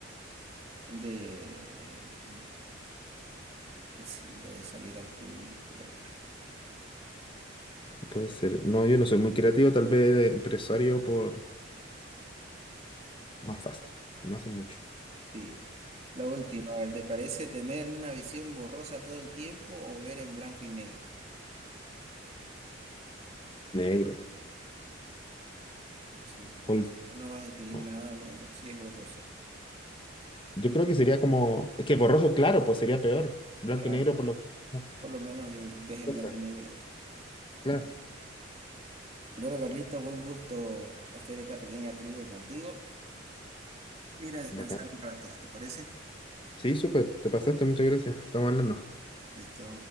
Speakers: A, on the right; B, on the left.
A: de, qué sé yo, de salir al público y hablar.
B: Puede ser. No, yo no soy muy creativo, tal vez eh, empresario por más fácil. No hace mucho.
A: Sí. La última, ¿te parece tener una visión borrosa todo el tiempo o ver en blanco y negro?
B: Negro.
A: Sí, porque
B: Ol-
A: imagínate, no vas a distinguir
B: no.
A: nada, ¿no? Si es borroso.
B: Yo creo que sería como. Es que borroso, claro, pues sería peor. Blanco
A: Claro.
B: y negro por lo menos.
A: Por lo menos eh, ves en
B: Cosas.
A: blanco y negro. eh.
B: Claro.
A: Bueno, Carlitos, fue un gusto hacer esta pequeña trivia contigo. Mira, a descansar
B: Bacán.
A: un rato, ¿te parece?
B: Sí, súper. Te pasaste, muchas gracias. Estamos hablando.
A: Listo.